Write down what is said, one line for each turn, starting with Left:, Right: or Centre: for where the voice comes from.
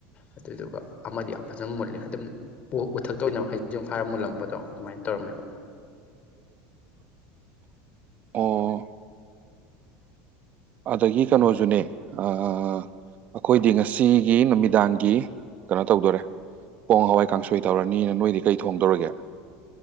Left: ꯑꯗꯨꯗꯨꯒ ꯑꯃꯗꯤ ꯌꯥꯝ ꯐꯖꯟ ꯃꯨꯜꯂꯦ ꯑꯗꯨꯝ ꯎ ꯎꯊꯛꯇꯥ ꯑꯣꯏꯅ ꯍꯩꯖꯤꯡ ꯐꯥꯔ ꯃꯨꯜꯂꯝꯕꯗꯣ ꯑꯗꯨꯃꯥꯏꯟ ꯇꯧꯔꯝꯃꯦꯕ
Right: <inaudible> ꯑꯣ ꯑꯗꯒꯤ ꯀꯅꯣꯖꯨꯅꯦ ꯑꯥ ꯑꯈꯣꯏꯗꯤ ꯉꯁꯤꯒꯤ ꯅꯨꯃꯤꯗꯥꯡꯒꯤ ꯀꯅꯣ ꯇꯧꯗꯣꯔꯦ ꯄꯣꯡ ꯍꯋꯥꯏ ꯀꯥꯡꯁꯣꯏ ꯇꯧꯔꯅꯤꯅ ꯅꯣꯏꯗꯤ ꯀꯩ ꯊꯣꯡꯗꯧꯔꯒꯦ